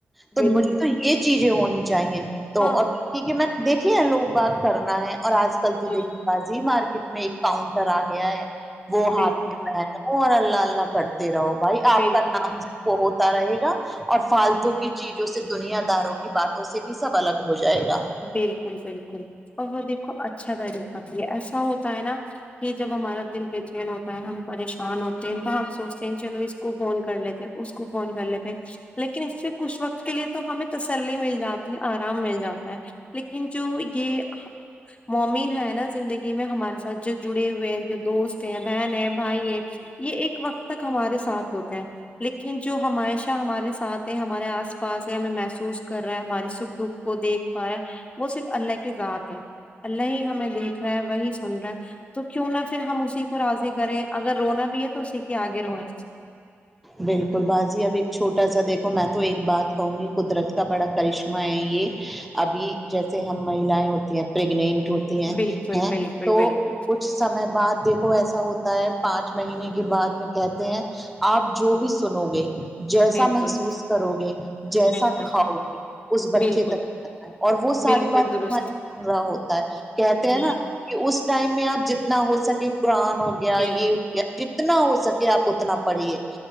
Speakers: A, in the centre; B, on the left (about 25°).
A: تو
B: بالکل
A: مجھے تو یہ چیزیں ہونی چاہیے تو
B: ہاں
A: اور کیکہ میں دیکھیے لوگ بات کرنا ہے اور آج کل تو
B: جی
A: دیکھے باجی مارکیٹ میں ایک کاؤنٹر آ گیا ہے وہ ہاتھ
B: بالکل
A: پے پر اور اللہ اللہ کرتے رہو بھائی آپ
B: بالکل
A: کا نام وہ ہوتا رہے گا اور فالتو کی چیزوں دنیا داروں کی باتوں سے بھی سب الگ ہو جائے گا
B: بالکل بالکل اور وہ دیکھو اچھا طریقہ بھی ہے ایسا ہوتا ہے نا کہ جب ہمارا دل بے چین ہوتا ہے ہم پریشان ہوتے ہیں تو ہم سوچتے ہیں چلو اس کو فون کر لیتے اس کو فون کر لیتے لیکن اس سے کچھ وقت کے لیے تو ہمیں تسلی مل جاتی آرام مل جاتی لیکن جو یہ مومن ہے نا زندگی میں ہمارے س جو جڑے ہوئے ہیں جو دوست ہیں بہن ہیں بھائی ہیں یہ ایک وقت تک ہمارے ساتھ ہوتا ہے لیکن جو ہمیشہ ہمارے ساتھ ہے ہمارے آس پاس ہے ہمیں محسوس کر رہا ہے ہمارے سکھ دکھ کو دیکھ پا ہے وہ صرف اللہ کی ذات ہے اللہ ہی ہمیں دیکھ رہا ہے وہی سن رہا ہے تو کیوں نہ پھر ہم اسی کو راضی کریں اگر رونا بھی ہے تو اسی کے آگے روئ
A: بالکل بازی اب ایک چھوٹا سا دیکھو میں تو ایک بات کہوں گی قدرت کا بڑا کرشمہ ہے یہ ابھی جیسے ہم مہیائیں ہوتی ہیں پریگنٹ ہوتی ہیں
B: بالکل
A: ہیں
B: بالکل
A: تو
B: بالکل
A: کچھ کچھ سمے بعد دیکھو ایسا ہوتا ہے پانچ مہینے کے بعد میں کہتے ہیں آپ جو بھی سنو گے جیسا
B: بالکل
A: محسوس کرو گے جیسا
B: بالکل
A: کھاؤ گے اس بچے
B: بالکل
A: تک اور وہ ساری
B: بالکل
A: بات
B: درست
A: ہمارے سن رہا ہوتا ہے کہتے
B: جی
A: ہیں نا کہ اس ٹائم میں آپ جتنا ہو سکے قرآن ہو گیا
B: بالکل
A: یہ جتنا ہو سکے آپ اتنا پڑھیے